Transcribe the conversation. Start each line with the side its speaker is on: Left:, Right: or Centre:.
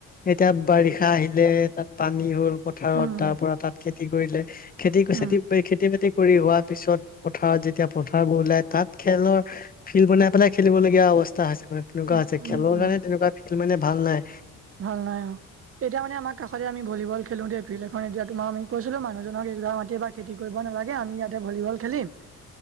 Left: এতিয়া বাৰিষা আহিলে তাত পানী হ'ল। পথাৰত
Right: উম,
Left: তাৰ পৰা তাত খেতি কৰিলে খেতি খেতি
Right: উম।
Left: খেতি বাতি কৰি হোৱা পিছত পথাৰত যেতিয়া পথাৰবোৰ ওলাই তাত খেলৰ ফিল্ড বনাই পেলাই খেলিবলগীয়া অবস্থা মানে তেনেকুৱা
Right: উম,
Left: আছে
Right: উম,
Left: খেলৰ
Right: উম,
Left: কাৰণে তেনেকুৱা খেল মানে ভাল নাই
Right: ভাল নাই অ'। এতিয়া মানে আমাৰ কাষতে আি ভীবল খেলোঁতেয়ািল্ড এতিয়া তোম আমি কৈছিলো মানুহজনক ৰ মাটি এইবাৰ খেতি কৰিব নালাগে আমি ইয়াতে ভলীবল খেলিম